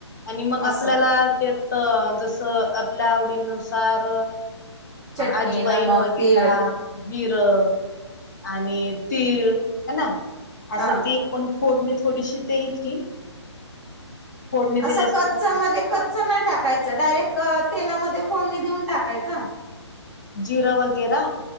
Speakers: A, on the left (about 40°); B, in the centre.
A: आणि मग आपल्याला
B: असं
A: त्यात जसं आपल्या आवडीनुसार
B: चटणी
A: अजावाईन
B: नमक
A: वगैरे
B: तीळ
A: जीरं आणि तीळ हे ना असं
B: हा
A: फोडणी थोडीशी द्यायची. फोडणी
B: असं
A: दिल्यासारखं
B: कच्च म्हणजे कच्च नाही टाकायचं डायरेक्ट तेलामध्ये फोडणी देऊन टाकायचं.
A: जिरं वगैरा,